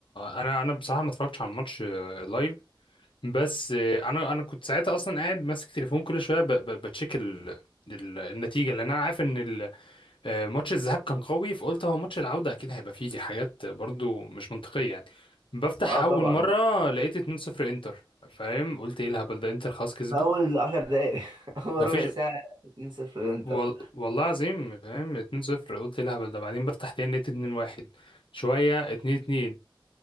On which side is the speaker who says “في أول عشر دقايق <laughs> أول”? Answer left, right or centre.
Right